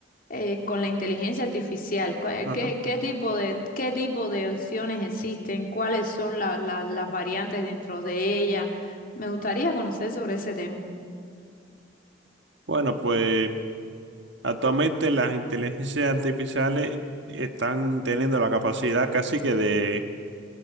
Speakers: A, on the left; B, on the right.
A: eh, con la inteligencia artificial. ¿Cuál-
B: Ajá.
A: ¿Qué, qué tipo de, qué tipo de opciones existen? ¿Cuáles son la- la- las variantes dentro de ella? Me gustaría conocer sobre ese tema.
B: Bueno, pues actualmente las inteligencias artificiales están teniendo la capacidad casi que de,